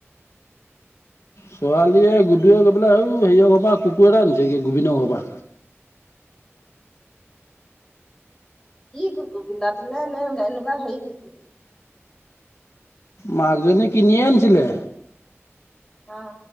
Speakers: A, on the left; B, on the left.
A: ছোৱালীয়ে, গুদোৱে গৈ পেলাই হৌ হেঁয় ঘৰ পৰা কুকুৰ এটা আনিছেনে, গোবিনৰ ঘৰ পৰা।
B: কি কুকু বিলতি নে এ এনেকুৱা হেই কুকু?
A: মাজনী কিনিয়ে আনিছিলে।
B: অ